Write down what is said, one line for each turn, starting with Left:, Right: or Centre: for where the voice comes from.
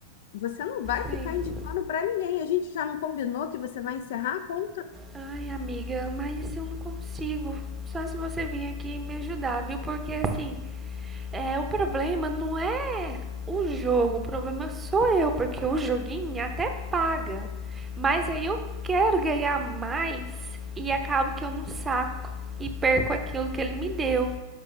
Left: você não vai
Right: sim.
Left: ficar indicando para ninguém. A gente já não combinou que você vai encerrar a conta.
Right: Ai, amiga, mas eu não consigo. Só se você vir aqui me ajudar, viu? Porque assim, É, o problema não é o jogo, o problema sou eu, porque o joguinho é até paga. Mas aí eu quero ganhar mais e acabo que eu não saco e perco aquilo que ele me deu,